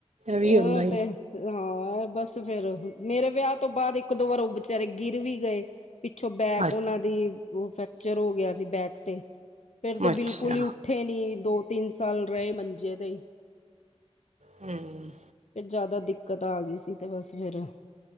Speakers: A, on the right (about 85°); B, on the left (about 80°).
A: ਵੀ
B: ਇਹ
A: ਹੁੰਦਾ ਹੀ
B: ਤੇ ਹਾਂ ਬਸ ਫੇਰ ਮੇਰੇ ਵਿਆਹ ਤੋਂ ਬਾਅਦ ਇੱਕ ਦੋ ਵਾਰ ਉਹ ਬੇਚਾਰੇ ਗਿਰ ਵੀ ਗਏ ਪਿੱਛੋਂ ਬੈਕ
A: ਅੱ
B: ਉਹਨਾਂ ਦੀ ਉਹ ਫਰੈਕਚਰ ਹੋ ਗਿਆ ਸੀ, ਬੈਕ ਤੇ ਫੇਰ ਤੇ
A: ਅੱਛਾ
B: ਬਿਲਕੁਲ ਹੀ ਉੱਠੇ ਨੀ ਦੋ ਤਿੰਨ ਸਾਲ ਰਹੇ ਮੰਜੇ ਤੇ ਹੀ।
A: ਹਮ।
B: ਜਿਆਦਾ ਦਿੱਕਤ ਆ ਗਈ ਸੀ, ਤੇ ਬਸ ਫੇਿਰ